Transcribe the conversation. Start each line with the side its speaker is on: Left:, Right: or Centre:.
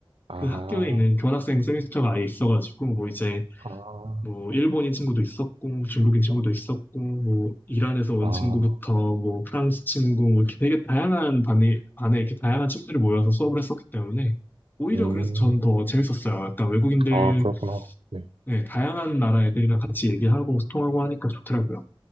Right: 아,
Left: 그 학교에 있는 교환학생 세미스터가 아예 있어가지고 뭐 이제
Right: 아,
Left: 뭐 일본인 친구도 있었고 중국인 친구도 있었고 뭐 이란에서 온
Right: 아,
Left: 친구부터 뭐 프랑스 친구 뭐 이렇게 되게 다양한 반에 반에 이렇게 다양한 친구들이 모여서 수업을 했었기 때문에 오히려
Right: 음,
Left: 그래서 전 더 재밌었어요. 약간 외국인들
Right: 아, 그렇구나. 네.
Left: 네, 다양한 나라 애들이랑 같이 얘기하고 소통하고 하니까 좋더라고요.